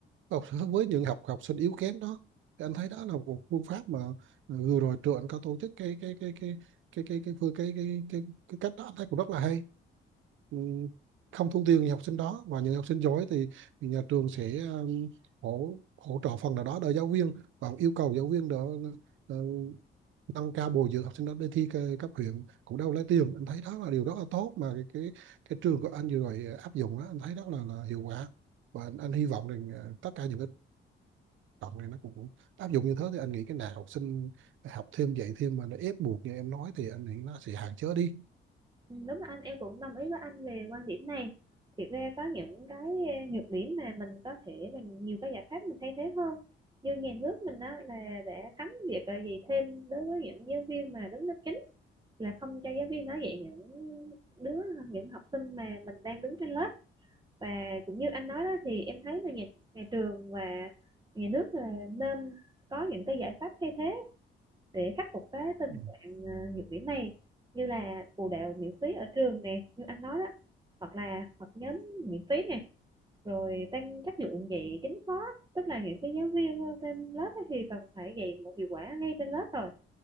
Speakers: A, on the right; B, on the right.
A: Học, <laughs> với những học học sinh yếu kém đó thì anh thấy đó là một phương pháp mà à, vừa rồi trường anh có tổ chức cái cái cái cái cái cái cái phương cái cái cái, cái cách đó anh thấy cũng rất là hay Ừ, không thu tiền những học sinh đó và những học sinh giỏi thì, thì nhà trường sẽ ừ, hỗ hỗ trợ phần nào đó để giáo viên và yêu cầu giáo viên đó ờ, nâng cao bồi dưỡng học sinh đó để thi c- cấp huyện cũng đâu lấy tiền anh thấy đó là điều rất là tốt mà cái cái, cái trường của anh vừa rồi áp dụng đó anh thấy đó là, là hiệu quả và anh, anh hy vọng rằng ờ, tất cả những cái cộng này nó cũng, cũng áp dụng như thế thì anh nghĩ cái nào học sinh học thêm dạy thêm mà nó ép buộc như em nói thì anh nghĩ nó sẽ hạn chế đi
B: Ừ, Đúng là anh em cũng đồng ý với anh về quan điểm này thì ra có những cái eh, nhược điểm mà mình có thể bằng nhiều cái giải pháp mình thay thế hơn như nhà nước mình đó là đã cấm việc eh, dạy thêm đối với những giáo viên mà đứng lớp chính là không cho giáo viên nói dạy những đứa ờ, những học sinh mà mình đang đứng trên lớp và cũng như anh nói đó thì em thấy là nhà, nhà trường và nhà nước là nên có những cái giải pháp thay thế để khắc phục cái tình
A: ừ.
B: trạng à, nhược điểm này như là phụ đạo miễn phí ở trường nè như anh nói đó hoặc là hoặc nhóm miễn phí nè rồi tăng chất lượng dạy chính khóa tức là những cái giáo viên ờ, trên lớp ấy thì cần phải dạy một hiệu quả ngay trên lớp rồi